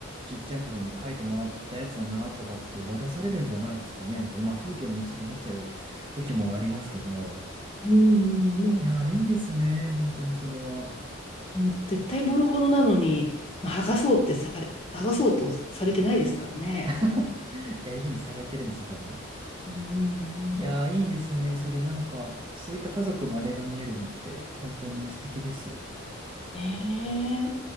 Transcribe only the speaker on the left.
うん、もう、
もう絶対ボロボロなのに、まあ、剥がそうってされ、剥がそうとされてないですからね。
うん
へえ